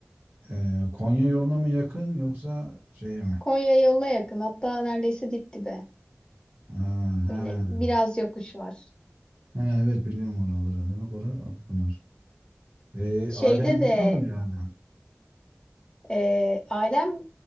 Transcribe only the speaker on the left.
Konya yoluna yakın. Hatta neredeyse dip dibe.
Böyle biraz yokuş var.
Şeyde
de
e, ailem